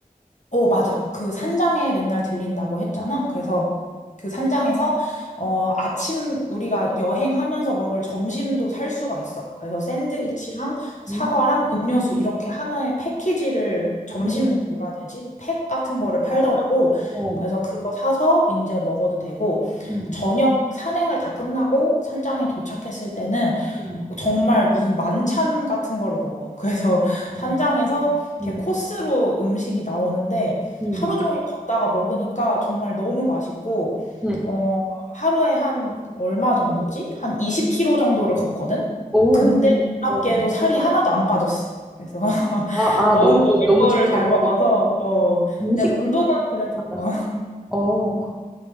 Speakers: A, on the left (about 55°); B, in the centre.
A: 어, 맞아. 그 산장에 맨날 들린다고 했잖아. 그래서 그 산장에서 어, 아침 우리가 여행하면서 먹을 점심도 살 수가 있어. 그래서 샌드위치랑 사과랑
B: 음,
A: 음료수 이렇게 하나의 패키지를 점심
B: 음,
A: 뭐라 해야 되지? 팩 같은
B: 어,
A: 거를 팔더라고.
B: 어,
A: 그래서 그거 사서 이제 먹어도 되고
B: 음,
A: 저녁 산행을 다 끝나고 산장에 도착했을 때는
B: 음,
A: 정말 무슨 만찬 같은 거를 먹어. 그래서
B: 음,
A: 산장에서
B: 음,
A: 이렇게 코스로 음식이 나오는데
B: 음,
A: 하루 종일 걷다가 먹으니까 정말 너무 맛있고
B: 음,
A: 어, 하루에 한 얼마 정도지? 한 20km 정도를 걷거든?
B: 오,
A: 근데 놀랍게도
B: 어.
A: 살이 하나도 안 빠졌어. 그래서 <laughs>
B: 아,
A: 너무
B: 아, 너무,
A: 먹을
B: 너무
A: 거를
B: 잘
A: 잘 먹어서
B: 먹어. 었
A: 어,
B: 음식도
A: 근데 운동은
B: 잘
A: 그래도
B: 맞았어?
A: 어,
B: 어,